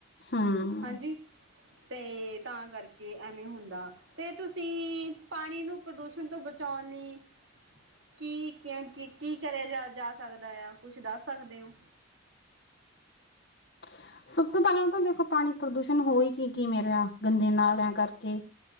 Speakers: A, on the left; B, on the right.
A: ਹੂੰ।
B: ਹਾਂਜੀ ਤੇ ਤਾਂ ਕਰਕੇ ਐਵੇਂ ਹੁੰਦਾ ਤੇ ਤੁਸੀਂ ਪਾਣੀ ਨੂੰ ਪ੍ਰਦੂਸ਼ਣ ਤੋਂ ਬਚਾਉਣ ਲਈ ਕੀ ਕੀ ਕਰਿਆ ਜਾ ਜਾ ਸਕਦਾ ਆ ਕੁਛ ਦੱਸ ਸਕਦੇ ਹੋ
A: <inaudible> ਸਭ ਤੋਂ ਪਹਿਲਾਂ ਤਾਂ ਦੇਖੋ ਪਾਣੀ ਪ੍ਰਦੂਸ਼ਣ ਹੋ ਹੀ ਕੀ ਕੀ ਮੇਰੇ ਆ ਗੰਦੇ ਨਾਲਿਆਂ ਕਰਕੇ